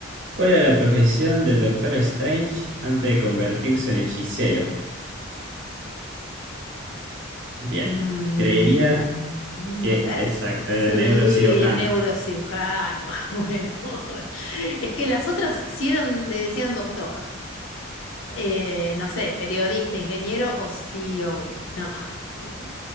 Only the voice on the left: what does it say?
Mm,
a ver.
Sí,
neurocirujano. <laughs> Bueno, es que las otras sí eran, le decían doctor. Eh, no sé, periodista, ingeniero o CEO. No, <laughs>